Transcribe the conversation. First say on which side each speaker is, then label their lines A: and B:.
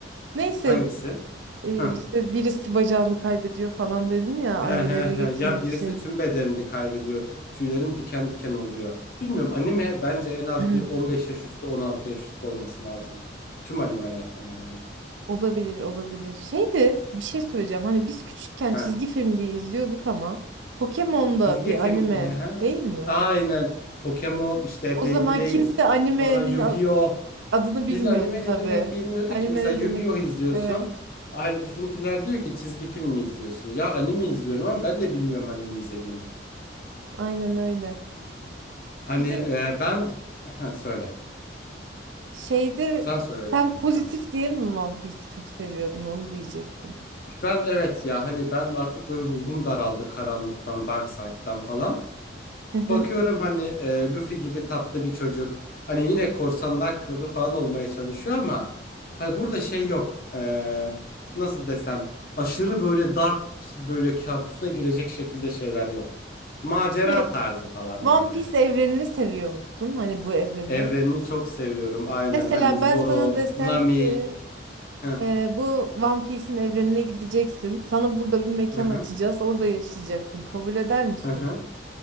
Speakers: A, on the right; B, on the left.
A: Neyse
B: Hangisi?
A: e,
B: Heh.
A: işte birisi bacağını kaybediyor falan dedin ya
B: He
A: annelerini
B: he he.
A: getirmek
B: Ya birisi
A: için.
B: tüm bedenini kaybediyor. Tüylerim diken diken oluyor. Bilmiyorum anime bence en az
A: <clears throat>
B: bir 15 yaş üstü 16 yaş üstü olması lazım. Tüm animeler hemen hemen.
A: Olabilir olabilir. Şeydi bir şey
B: Hı.
A: söyleyeceğim. Hani biz küçükken
B: He
A: çizgi film diye izliyorduk ama Pokemon
B: Çizgi
A: da bir
B: film.
A: anime
B: He he.
A: değil mi?
B: Aynen. Pokemon işte
A: O
B: Beyblade.
A: zaman kimse animenin
B: Sonra Yu-Gi-Oh.
A: a- adını bilmiyordu
B: Biz anime ne
A: tabii.
B: demek bilmiyorduk
A: Anime
B: ki. Mesela
A: ne
B: Yu-Gi-Oh
A: demek?
B: izliyorsun.
A: Evet.
B: Aile bizimkiler diyor ki çizgi film mi izliyorsun? Ya anime izliyorum ama ben de bilmiyorum anime izlediğimi.
A: Aynen öyle.
B: Hani
A: Bir
B: e,
A: de
B: ben ha, söyle.
A: Şeyde
B: Sen söyle
A: sen
B: lütfen.
A: pozitif
B: Heh.
A: diye mi One Piece'i çok seviyordun onu diyecektim.
B: Ben evet ya hani ben artık böyle ruhum daraldı karanlıktan, Dark Side'dan falan.
A: Hı hı.
B: bakıyorum hani e, Luffy gibi tatlı bir çocuk. Hani yine korsanlar kralı falan olmaya çalışıyor ama hani burada şey yok. E, nasıl desem aşırı böyle dark böyle kabusuna girecek şekilde şeyler yok. Macera
A: Ki
B: tarzı falan
A: One
B: böyle.
A: Piece evrenini seviyor musun? Hani bu evreni.
B: Evrenini çok seviyorum. Aynen
A: Mesela
B: hani Zoro,
A: ben sana desem
B: Nami.
A: ki
B: Hı
A: e, bu One Piece'in evrenine gideceksin. Sana burada bir mekan
B: hı hı.
A: açacağız. Orada yaşayacaksın. Kabul eder misin?
B: hı hı.